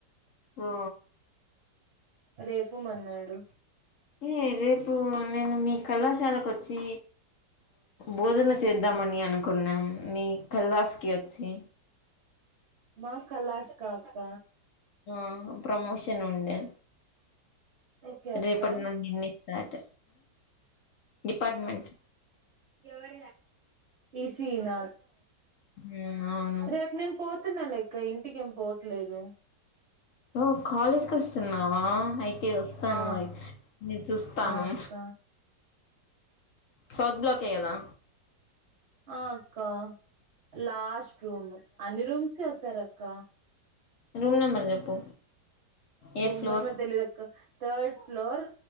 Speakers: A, on the left; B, on the right.
A: ఓ
B: రేపు మన్నాడు
A: ఏ రేపు నేను మీ కళాశాలకు వచ్చి బోధన చేద్దామని అనుకున్నాం మీ కల్లాస్ కి వచ్చి
B: మా కలాస్ కా అక్క
A: ఆ ప్రమోషన్ ఉండే
B: ఓకే అక్క
A: రేపటి నుండినే ట్ డిపార్ట్మెంట్
B: ఎ ఇసీనా
A: మ్మ్ అవును
B: రేపు నేను పోతున్నా లెక్క ఇంటికి ఏం పోవట్లేదు
A: <inaudible> కాలేజ్కి వస్తున్నావా అయితే వస్తాను
B: ఆ
A: నేను చూస్తాను
B: ఆ అక్క
A: సౌత్ బ్లాక్ ఏ కదా
B: ఆ అక్క లాస్ట్ రూమ్ అన్ని రూమ్స్ క వస్తారు అక్క
A: రూమ్ నంబర్ చెప్పు
B: రూమ్
A: ఏ ఫ్లోర్
B: నంబర్ తెలిదు తకు థర్డ్ ఫ్లోర్